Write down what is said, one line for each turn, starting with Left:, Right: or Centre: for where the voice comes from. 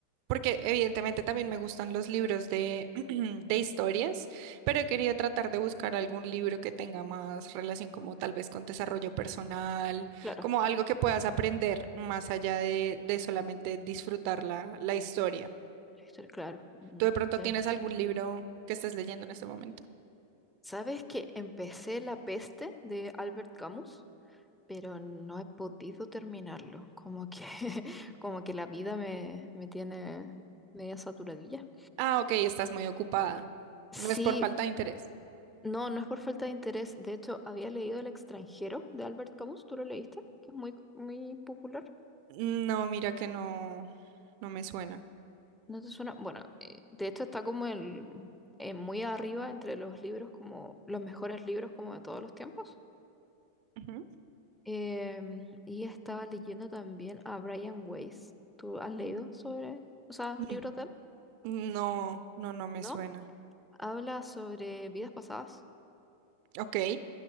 Right: porque evidentemente también me gustan los libros de, <clears throat> de historias, pero he querido tratar de buscar algún libro que tenga más relación como tal vez con desarrollo personal,
Centre: Claro.
Right: como algo que puedas aprender más allá de, de solamente disfrutar la, la historia.
Centre: Esto, claro, mm,
Right: ¿Tú de pronto
Centre: tiene
Right: tienes
Centre: mucho
Right: algún
Centre: sentido.
Right: libro que estés leyendo en este momento?
Centre: ¿Sabes que empecé La peste de Albert Camus, pero no he podido terminarlo? Como que, <laughs> como que la vida me, me tiene media saturadilla.
Right: Ah, ok, estás muy ocupada.
Centre: Sí,
Right: No es por falta de interés.
Centre: no, no es por falta de interés. De hecho, había leído El extranjero de Albert Camus, ¿tú lo leíste? Que es muy, muy popular.
Right: No, mira que no, no me suena.
Centre: ¿No te suena? Bueno, eh, de hecho está como el, eh, muy arriba entre los libros, como los mejores libros como de todos los tiempos.
Right: Ujú.
Centre: Em, y estaba leyendo también a Brian Weiss. ¿Tú has leído sobre, o sea,
Right: Mm,
Centre: libros de él?
Right: No, no, no me
Centre: ¿No?
Right: suena.
Centre: Habla sobre vidas pasadas.
Right: Ok.